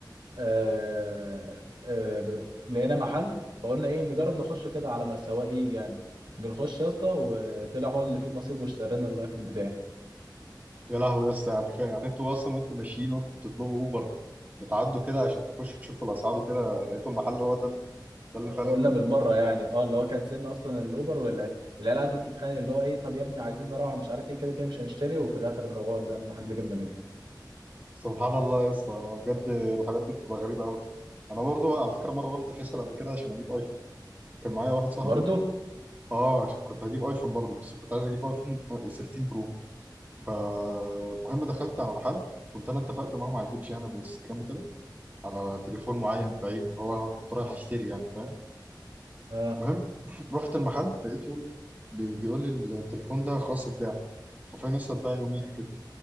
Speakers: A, on the right; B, on the right.
A: آه آه ب- لقينا محل فقلنا ايه نجرب نخش كده على ما السواق يجي يعني بنخش يا اسطى وطلع هو اللي فيه النصيب واشترينا الايفون بتاعي
B: يا لهوي يا اسطى يعني فا- يعني انتوا اصلا وانتوا ماشيين وانتوا بتطلبوا اوبر بتعدوا كده عشان تخشوا تشوفوا الاسعار وكده لقيتوا المحل هو ده ال- ده اللي
A: قلنا
B: فعلا كان
A: بالمره يعني اه اللي هو كنسلنا اصلا الاوبر ولا العيال قعدت تتخانق اللي هو ايه طب يا ابني عايزين نروح مش عارف ايه كده كده مش هنشتري وفي الاخر هو ده المحل اللي جبنا منه
B: سبحان الله يا اسطى انا بجد الحاجات دي بتبقى غريبه قوي انا برضو على فكره مره رحت فيصل قبل كده عشان اجيب ايفون وكان معايا واحد صاحبي
A: برضه
B: اه عشان كنت هجيب ايفون برضو بس كنت عايز اجيب ايفون 13 برو فالمهم دخلت على محل كنت انا اتفقت معاهم على البيج يعني على الانستجرام وكده على تليفون معين بعينه اللي هو انا كنت رايح اشتري يعني فاهم
A: اه
B: المهم <clears throat> رحت المحل لقيته بي- بيقول لي التليفون ده خلاص اتباع حرفيا لسه اتباع يوميها كده